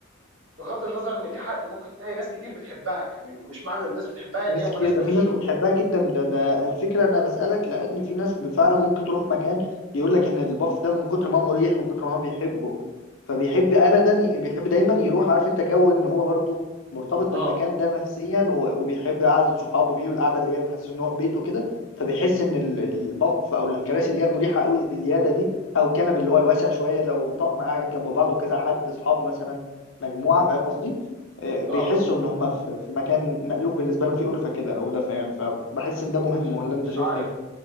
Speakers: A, on the right; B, on the left.
A: بغض النظر ان في حق ممكن تلاقي ناس كتير بتحبها يعني مش معنى ان الناس بتحبها
B: في
A: ان
B: ناس
A: هي مناسبه
B: كتير ده في
A: للشغل
B: ناس بتحبها جدا ده, ده الفكرة أنا بسألك لأن في ناس ب- فعلا ممكن تروح مكان يقول لك إن البف ده من كتر ما هو مريح ومن كتر ما هو بيحبه فبيحب أبدا بيحب دايما يروح عارف أنت جو إن هو برضه مرتبط بالمكان
A: اه
B: ده نفسيا و- وبيحب قعدة صحابه فيه والقعدة اللي هي تحسسه إن هو في بيته كده فبيحس إن ال- البف أو الكراسي اللي هي المريحة قوي بزيادة دي أو الكنب اللي هو الواسع شوية لو طقم قاعد جنب بعضه كذا حد أصحاب مثلا مجموعة فاهم قصدي؟ آه، بيحسوا
A: اه
B: ان هم في في مكان مألوف بالنسبه لهم في ألفة كده او دفء يعني فبحس
A: م-
B: ان ده مهم
A: مش
B: ولا انت
A: مش
B: شايف
A: عارف
B: ايه